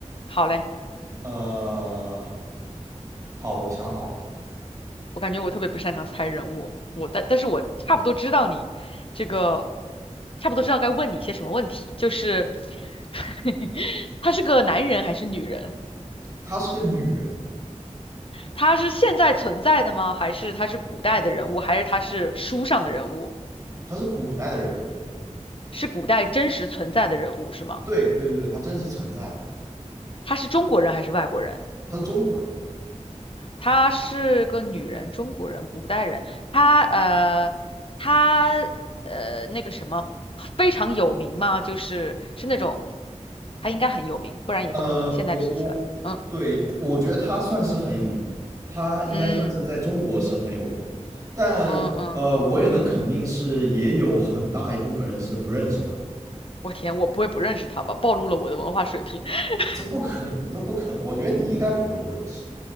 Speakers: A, on the left; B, on the right.
A: 好嘞。
B: 呃，好，我想好了，
A: 我感觉我特别不擅长猜人物，我但但是我差不多知道你这个，差不多知道该问你些什么问题，就是 <laughs> 他是个男人还是女人？
B: 她是个女人，
A: 他是现在存在的吗？还是他是古代的人物？还是他是书上的人物？
B: 她是古代的人物，
A: 是古代真实存在的人物是吗？
B: 对对对对，她真实存在的，
A: 他是中国人还是外国人？
B: 她是中国人。
A: 她是个女人，中国人，古代人。她呃，她呃，那个什么，非常有名嘛，就是是那种，她应该很有名，不然也不可能现在提起来了。
B: 呃，我我
A: 嗯
B: 对我觉得她算是很有名，她应该算是在中国是很有名的，
A: 嗯
B: 但呃，
A: 嗯嗯，
B: 我也能肯定是也有很大一部分人是不认识她。
A: 我天，我不会不认识她吧？暴露了我的文化水平。<laughs>
B: 这不可能，这不可能！我觉得你应该不会不认识，